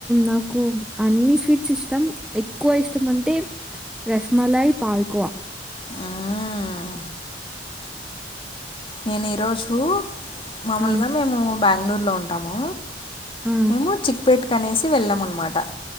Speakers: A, in the centre; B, on the left (about 30°).
A: నాకు అన్ని స్వీట్స్ ఇష్టం ఎక్కువ ఇష్టం అంటే రస్ మలై పాల్కోవ
B: మ్మ్ నేన్ ఈరోజు మామూలుగా
A: ఆ
B: మేము బెంగళూరులో ఉంటాము
A: ఆ
B: మేము చిక్పేట్ కనేసి వెళ్ళాం అన్నమాట